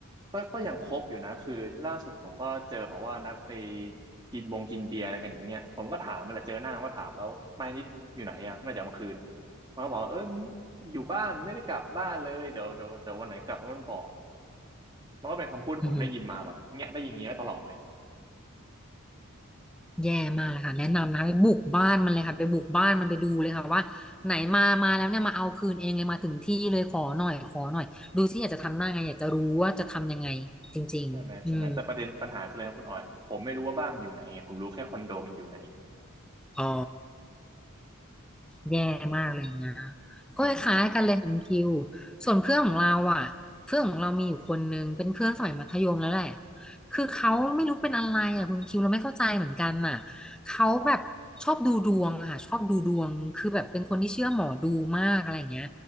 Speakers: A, on the right (about 20°); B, in the centre.
A: ก็ก็ยังคบอยู่นะคือล่าสุดผมก็เจอแบบว่านัดไปกินบงกินเบียร์อะไรกันอย่างเงี้ยผมก็ถามมันแหละเจอหน้ามันก็ถามแล้วไม่นิดอยู่ไหนอ่ะไม่จะเอามาคืนมันก็บอกเอออยู่บ้านไม่ได้กลับบ้านเลยเดี๋ยวเดี๋ยวเดี๋ยววันไหนกลับแล้วมันบอกมันก็เป็นคำพูดที่ผมได้ยินมาแบบเนี้ยได้ยินอย่างเงี้ยตลอดเลย
B: อือ แย่มากเลยค่ะแนะนำนะคะไปบุกบ้านมันเลยค่ะไปบุกบ้านมันไปดูเลยค่ะว่าไหนมามาแล้วเนี่ยมาเอาคืนเองเลยมาถึงที่เลยขอหน่อยขอหน่อยดูที่อยากจะทำหน้าไงอยากจะรู้ว่าจะทำยังไงจริงๆอืม
A: ใช่ไหมใช่ไหมแต่ประเด็นปัญหาคืออะไรนะคุณออยผมไม่รู้ว่าบ้านมันอยู่ไหนไงผมรู้แค่คอนโดมันอยู่ไหน
B: อ๋อ แย่มากอะไรอย่างเงี้ยก็คล้ายๆกันเลยของคิว
A: หนักใจ
B: ส่วนเพื่อนของเราอ่ะเพื่อนของเรามีอยู่คนนึงเป็นเพื่อนสมัยมัธยมแล้วแหละคือเขาไม่รู้เป็นอะไรอ่ะคุณคิวเราไม่เข้าใจเหมือนกันน่ะเขาแบบชอบดูดวงอะค่ะชอบดูดวงคือแบบเป็นคนที่เชื่อหมอดูมากอะไรอย่างเงี้ย